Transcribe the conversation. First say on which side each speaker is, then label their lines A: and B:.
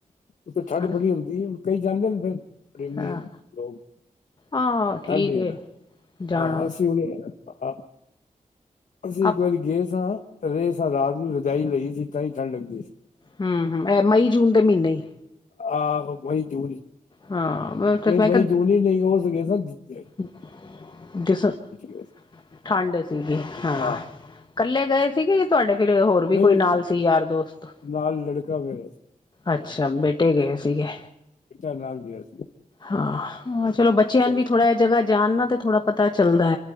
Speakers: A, on the left; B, on the left.
A: ਉਥੇ ਠੰਡ
B: ਹਨਾ
A: ਬੜੀ ਹੁੰਦੀ ਹੁਣ ਕਈ ਜਾਂਦੇ ਨੇ ਫਿਰ <unintelligible>
B: ਹਾਂ
A: ਲੋਕ <unintelligible>
B: ਆਹ ਠੀਕ
A: ਆਹ
B: ਹੈ ਜਾਣਾ
A: ਅਸੀਂ ਹੁਣ ਆ ਅਸੀਂ
B: ਆਪ
A: ਇੱਕ ਵਾਰੀ ਗਏ ਸਾਂ। <unintelligible> ਰਾਤ ਨੂੰ ਰਜਾਈ ਲਈ ਸੀ ਤਾਂ ਹੀ ਠੰਡ ਲੱਗਦੀ ਸੀ
B: ਹੂੰ ਹੂੰ, ਇਹ ਮਈ ਜੂਨ ਦੇ ਮਹੀਨੇ ਹੀ।
A: ਆਹੋ ਮਈ, ਜੂਨ
B: ਹਾਂ ਤੇ
A: ਨਹੀਂ
B: ਮੈਂ
A: ਮਈ
B: ਕਿਹਾ
A: ਜੂਨ ਵਿੱਚ ਨੀ ਉਹ ਸੀ <unintelligible>
B: <unintelligible>
A: ਗਏ
B: ਠੰਡ ਸੀਗੀ
A: ਸਾਂ
B: ਹਾਂ।
A: ਆ
B: ਇਕੱਲੇ ਗਏ ਸੀਗੇ ਜਾਂ ਤੁਹਾਡੇ ਫਿਰ ਹੋਰ ਵੀ
A: ਨਹੀਂ
B: ਕੋਈ ਨਾਲ ਸੀ ਯਾਰ ਦੋਸਤ।
A: ਨਾਲ ਲੜਕਾ ਮੇਰਾ ਸੀ
B: ਅੱਛਾ ਬੇਟੇ ਗਏ ਸੀਗੇ।
A: ਬੇਟਾ ਨਾਲ ਗਿਆ ਸੀ
B: ਹਾਂ ਹਾਂ, ਚਲੋ ਬੱਚਿਆਂ
A: ਉਹਦੇ-
B: ਨੂੰ ਵੀ ਥੋੜ੍ਹਾ ਏ ਜਗ੍ਹਾ ਜਾਣ ਨਾ ਤੇ ਥੋੜ੍ਹਾ ਪਤਾ ਚੱਲਦਾ।